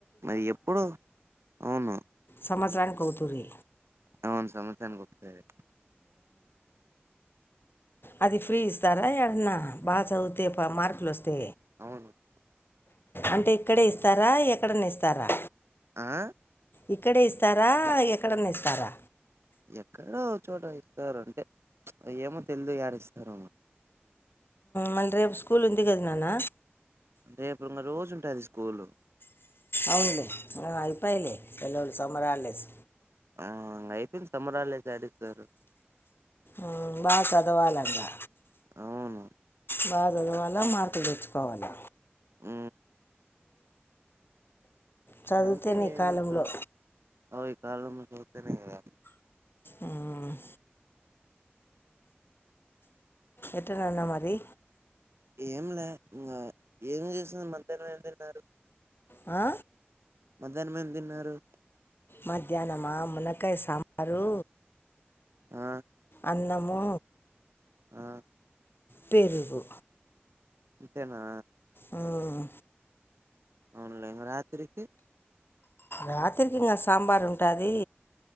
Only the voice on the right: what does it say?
మరి ఎప్పుడు అవును
అవును సమస్త్సరానిక్ ఒకసారే
అవును.
ఆ
ఎక్కడో ఓ చోట ఇస్తారు అంటే ఏమో తెలుదు యాడిస్తారొ
రేపు ఇంకా రోజు ఉంటాది స్కూల్
ఆ ఇంక అయిపోంది సమ్మర్ యాడిస్తారు
అవును
అ
అంటే
ఏం
చేస్తాం <unintelligible> సాల సతేనే కద
ఏమిలే ఇంక ఏం చేస్తుంది మధ్యాహ్నం ఏం తిన్నారు
మధ్యాహ్నం ఏం తిన్నారు
ఆ
ఆ
అంతేనా
అవున్లై రాత్రికి